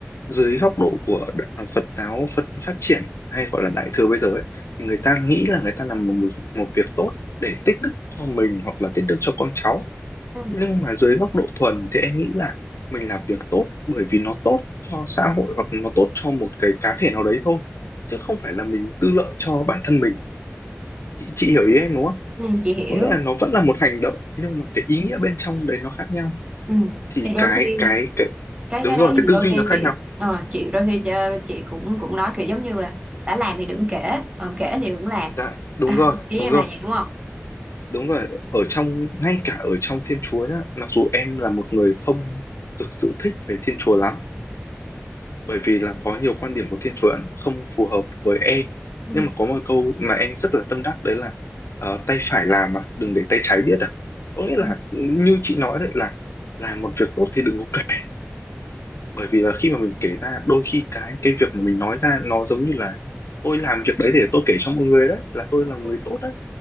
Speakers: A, on the left (about 75°); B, on the right (about 25°).
A: dưới góc độ của đ- ờ, Phật giáo Phật phát triển hay gọi là đại thừa bây giờ ấy thì người ta nghĩ là người ta làm một một việc tốt để tích đức cho mình hoặc là tích đức cho con cháu
B: ừ,
A: nhưng mà dưới góc độ thuần thì em nghĩ là mình làm việc tốt bởi vì nó tốt cho xã hội hoặc nó tốt cho một cái cá thể nào đấy thôi chứ không phải là mình tư lợi cho bản thân mình chị, chị hiểu ý em đúng không
B: ừ, chị hiểu
A: có nghĩa là nó vẫn là một hành động nhưng mà cái ý nghĩa bên trong đấy nó khác nhau
B: ừ.
A: thì
B: thì đôi
A: cái
B: khi
A: cái cái
B: cái
A: đúng
B: cái
A: rồi
B: đấy
A: cái
B: thì đôi
A: tư duy
B: khi
A: nó khác
B: chị
A: nhau
B: ờ, chị đôi khi chơ- chị cũng cũng nói kiểu giống như là đã làm thì đừng kể còn kể thì đừng làm
A: dạ
B: <laughs>
A: đúng
B: à,
A: rồi
B: ý
A: đúng
B: em
A: rồi
B: là vậy đúng không
A: đúng rồi ở trong ngay cả ở trong Thiên Chúa nhá mặc dù em là một người không thực sự thích về Thiên Chúa lắm bởi vì là có nhiều quan điểm của Thiên Chúa Ấn không phù hợp với em
B: Ừ.
A: nhưng mà có một câu mà em rất là tâm đắc đấy là ờ, tay phải làm mà đừng để tay trái biết à có nghĩa là
B: <laughs>
A: như chị nói đấy là làm một việc tốt thì đừng có kể bởi vì là khi mà mình kể ra đôi khi cái cái việc mà mình nói ra nó giống như là tôi làm việc đấy để tôi kể cho mọi người đấy là tôi
B: Ừ.
A: là người tốt đấy